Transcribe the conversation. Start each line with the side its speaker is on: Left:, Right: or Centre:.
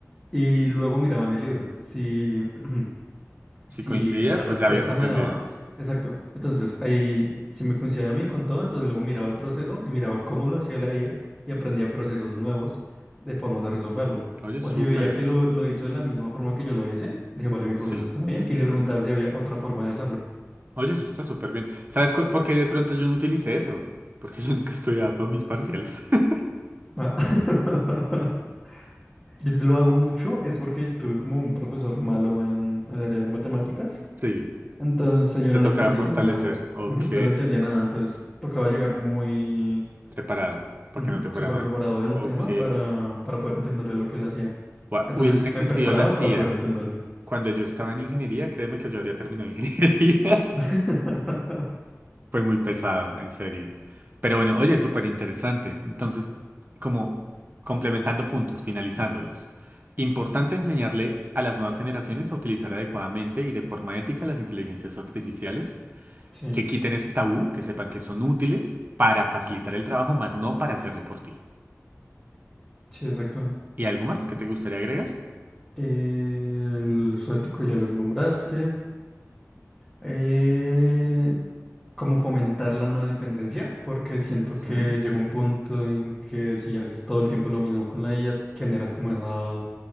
Centre: Y luego miraba en el libro, si... <clears throat> si
Right: Si coincidía,
Centre: la respuesta
Right: pues ya habías aprendido.
Centre: me daba. Exacto. Entonces, ahí, si me coincidía a mí con todo, entonces luego miraba el proceso y miraba cómo lo hacía la IA y aprendía procesos nuevos de formas de resolverlo.
Right: Oye,
Centre: O
Right: súper.
Centre: si veía que lo, lo hizo de la misma forma que yo lo hice, dije, vale, mi proceso
Right: Sí.
Centre: está bien, y le preguntaba si había otra forma de hacerlo.
Right: Oye, eso está súper bien. ¿Sabes cu- por qué de pronto yo no utilicé eso? Porque yo nunca estudiaba para mis parciales. <laughs>
Centre: Ah, <laughs> Yo lo hago mucho, es porque tuve como un profesor malo en en el área de matemáticas.
Right: Sí,
Centre: Entonces yo
Right: te
Centre: no
Right: tocaba
Centre: le entendía,
Right: fortalecer. Ok,
Centre: ujú, no le entendía nada, entonces tocaba llegar muy
Right: preparado, para
Centre: ujú,
Right: que no te fuera
Centre: súper
Right: mal.
Centre: preparado del
Right: Ok.
Centre: tema para, para poder entenderle lo que él hacía.
Right: Gua-
Centre: Entonces
Right: Hubiesen existido
Centre: me preparaba
Right: la CIA
Centre: para poder entenderle.
Right: cuando yo estaba en ingeniería, créeme que yo habría terminado ingeniería. <laughs>
Centre: <laughs>
Right: Fue muy pesado, en serio. Pero bueno, oye, súper interesante. Entonces, como complementando puntos, finalizándolos. Importante enseñarle a las nuevas generaciones a utilizar adecuadamente y de forma ética las inteligencias artificiales,
Centre: Sí,
Right: que quiten ese tabú, que sepan que son útiles para facilitar el trabajo, más no para hacerlo por ti.
Centre: sí, exacto.
Right: ¿Y algo más que te gustaría agregar?
Centre: El zoético ya lo nombraste. Eh, como fomentar la no dependencia, porque siento que
Right: Ujú,
Centre: llega un punto en que si haces todo el tiempo lo mismo con la IA, generas como esa,